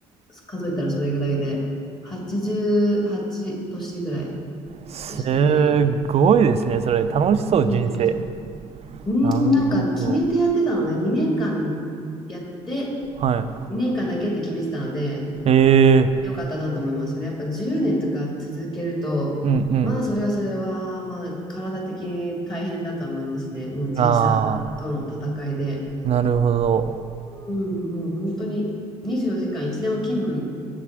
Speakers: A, on the left (about 30°); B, on the right (about 45°).
A: 数えたらそれぐらいで、88都市ぐらい
B: す
A: でしたね。
B: ごいですね。それ楽しそう、
A: でも、
B: 人生。
A: うん、
B: なるほど。
A: なんか決めてやってたので、2年間やって、
B: はい。
A: 2年間だけって決めてたので、
B: ええ、
A: よかったなと思います。それやっぱ10年とか続けると、
B: うんうん。
A: まあそれはそれは、まあ体的に大変だとは思いますね。もう時差との戦いで。
B: ああ、なるほど。
A: うん、もう本当に24時間いつでも勤務